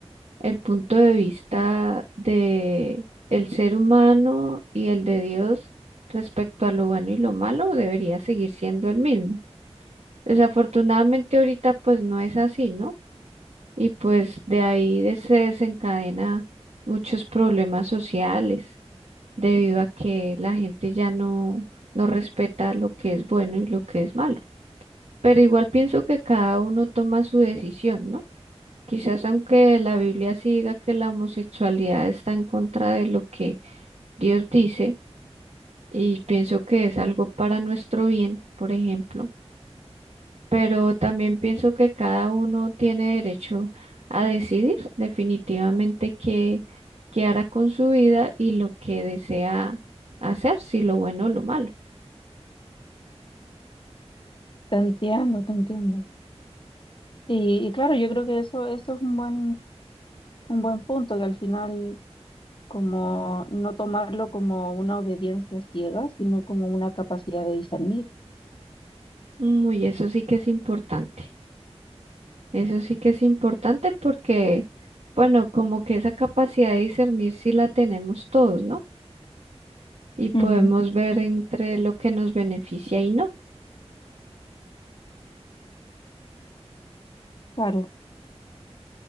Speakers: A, on the right; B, on the left.
A: el punto de vista de el ser humano y el de Dios respecto a lo bueno y lo malo debería seguir siendo el mismo. Desafortunadamente ahorita pues no es así, ¿no? Y pues de ahí de- se desencadena muchos problemas sociales debido a que la gente ya no, no respeta lo que es bueno y lo que es malo. Pero igual pienso que cada uno toma su decisión, ¿no? Quizás aunque la Biblia sí diga que la homosexualidad está en contra de lo que Dios dice, y pienso que es algo para nuestro bien, por ejemplo pero también pienso que cada uno tiene derecho a decidir definitivamente qué, qué hará con su vida y lo que desea hacer, si lo bueno o lo malo.
B: Te entiendo, te entiendo. Y, y claro, yo creo que eso, eso es un buen, un buen punto, que al final como no tomarlo como una obediencia ciega, sino como una capacidad de discernir.
A: Muy, eso sí que es importante. Eso sí que es importante porque, bueno, como que esa capacidad de discernir sí la tenemos todos, ¿no? Y podemos
B: Ujú.
A: ver entre lo que nos beneficia y no.
B: Claro.